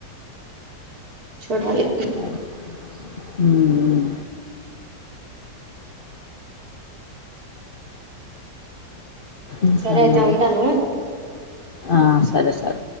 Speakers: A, on the right; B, on the left.
A: చూడాలి
B: అది. హ్మ్. హ్మ్. ఇంకా
A: సరే అయితే
B: మరి.
A: ఉంటాను
B: ఆ సరే సర్